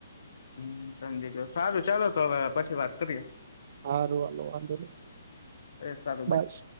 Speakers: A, on the left; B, on the right.
A: હમ સમજી ગયો સારું ચાલો તો હવે પછી વાત કરીએ
B: હા રોવાલો વાંધો નહી
A: એ સારું
B: બસ
A: બાય